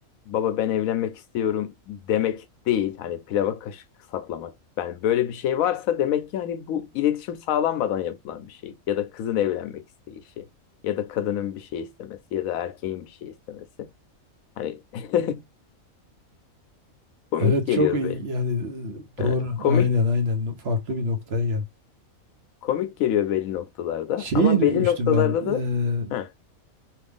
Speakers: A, on the left; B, on the right.
A: baba ben evlenmek istiyorum demek değil. Hani pilava kaşık saplamak. Yani böyle bir şey varsa demek ki hani bu iletişim sağlanmadan yapılan bir şey. Ya da kızın evlenmek isteyişi. Ya da kadının bir şey istemesi. Ya da erkeğin bir şey istemesi. Hani <laughs> komik
B: Evet
A: geliyor
B: çok iyi
A: be.
B: yani e,
A: Ha,
B: doğru
A: komik
B: aynen aynen farklı bir noktaya geldi.
A: komik geliyor belli noktalarda
B: Şeyi
A: ama
B: duymuştum
A: belli noktalarda
B: ben. eee,
A: da ha,